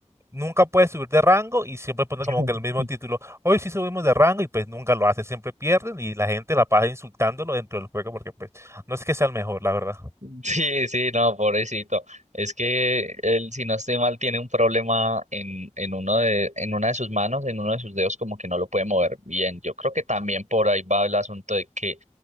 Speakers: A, on the right; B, on the right.
A: nunca puedes subir de rango y siempre pone
B: <laughs>
A: como que el mismo título, hoy sí subimos de rango y pues nunca lo hace, siempre pierden y la gente la pasa insultándolo dentro del juego porque pues no es que sea el mejor, la verdad.
B: <laughs> Sí, sí, no, pobrecito. Es que él, si no estoy mal, tiene un problema en, en uno de, en una de sus manos, en uno de sus dedos, como que no lo puede mover bien. Yo creo que también por ahí va el asunto de que